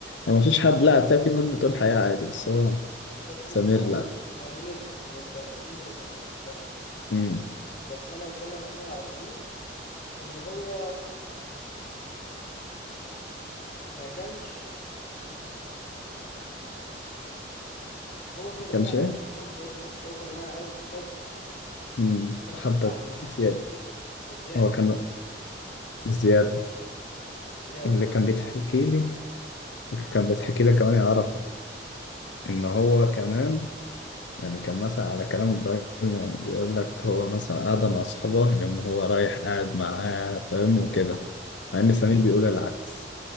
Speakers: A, on the left (about 80°); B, on the left (about 45°).
A: ما مفيش حد لا هتلاقي في ناس بتقول حياة عادي بس هو
B: بس
A: سمير
B: اللي هو
A: لا
B: مش يعني نسبة نسبة ونسبة وتناسب فاهم
A: أمم.
B: بس أنا بتكلم عموما على سمير إن هو ما كانش بيست... هو كان
A: ما
B: واقع
A: كانش إيه
B: أوي في الحب يا اسطى هو كان واقع أوي في الحب
A: أمم.
B: كان الحب
A: حبة
B: عميق
A: زيادة
B: بزيادة
A: هو كان زيادة
B: بزيادة
A: اللي كان
B: أوي
A: بيتحكي لي كان بيتحكي لي كمان يعرفه ان هو كمان يعني كان مثلا على كلام ابراهيم يعني بيقول لك هو مثلا قاعده مع اصحابه يوم هو رايح قاعد معاه فاهم وكده مع ان سمير بيقول العكس